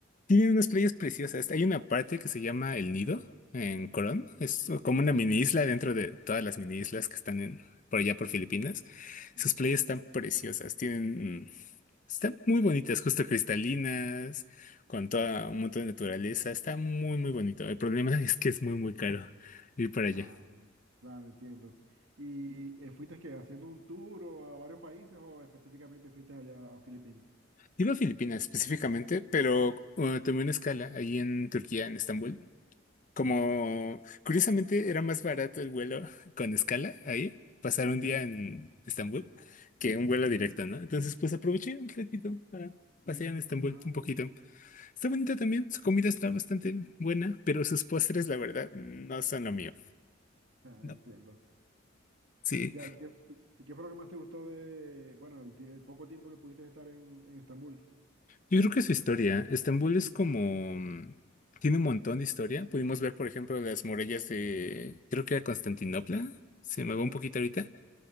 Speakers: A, on the left; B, on the right.
A: Tienen unas playas preciosas. Hay una parte que se llama El Nido en Corón. Es como
B: ¿Ya?
A: una mini isla dentro de todas las mini islas que están en, por allá por Filipinas.
B: ¿Ya?
A: Sus playas están preciosas. Tienen mm, Están muy bonitas, justo cristalinas, con toda un montón de naturaleza. Está muy, muy bonito. El problema <laughs> es que es muy, muy caro ir para allá.
B: Ah, claro, entiendo. ¿Y eh, fuiste que haciendo un tour o a varios países o específicamente fuiste allá a Filipinas?
A: Iba a Filipinas específicamente, pero uh, tomé una escala ahí en Turquía, en Estambul. Como
B: ¿Ya?
A: curiosamente era más barato el vuelo <laughs> con escala ahí, pasar
B: ¿Ya?
A: un día en Estambul, que un vuelo directo, ¿no? Entonces, pues aproveché un ratito para pasear en Estambul
B: Ah,
A: un poquito. Está bonita también, su comida está bastante buena, pero sus postres, la verdad, no son lo mío.
B: ah,
A: No,
B: entiendo.
A: sí,
B: Ya, ¿y qué, y, y qué fue lo que más te gustó de, bueno, el, tie- el poco tiempo que pudiste estar en, en Estambul?
A: yo creo que su historia, Estambul es como, mm, tiene un montón de historia. Pudimos ver, por ejemplo, las murallas de, creo que era Constantinopla, se me
B: ¿Ya?
A: va un poquito ahorita.